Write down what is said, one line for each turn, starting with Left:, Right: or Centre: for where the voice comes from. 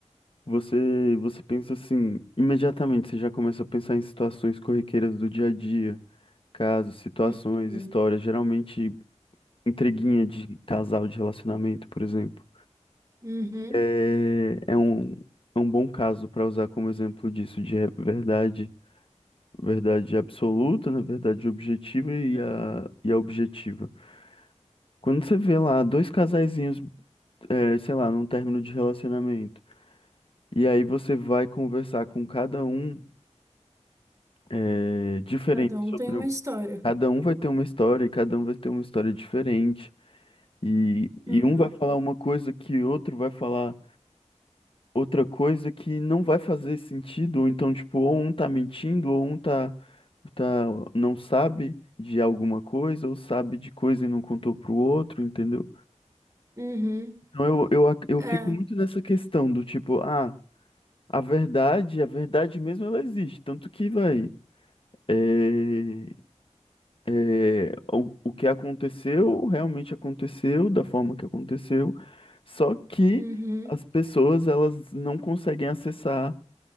Left: Você, você pensa assim, imediatamente você já começa a pensar em situações corriqueiras do dia a dia, casos, situações,
Right: hum, hum,
Left: histórias, geralmente intriguinha de casal, de relacionamento, por exemplo.
Right: Uhum.
Left: É, é um, é um bom caso para usar como exemplo disso, de re- verdade, verdade absoluta, né? Verdade objetiva e a, e a objetiva. Quando você vê lá dois casaizinhos, eh, sei lá, num término de relacionamento, e aí você vai conversar com cada um, eh, diferente
Right: Cada um
Left: sobre
Right: tem uma
Left: o...
Right: história.
Left: Cada um vai ter uma história e cada um vai ter uma história diferente. E, e
Right: Uhum.
Left: um vai falar uma coisa que outro vai falar outra coisa que não vai fazer sentido. Ou então, tipo, ou um tá mentindo, ou um tá, tá, não sabe de alguma coisa, ou sabe de coisa e não contou pro outro, entendeu?
Right: Uhum.
Left: Então eu, eu, ac- eu
Right: É.
Left: fico muito nessa questão do tipo, ah, a verdade, a verdade mesmo ela existe, tanto que vai. É, é, o, o que aconteceu realmente aconteceu da forma que aconteceu, só que
Right: Uhum.
Left: as pessoas elas não conseguem acessar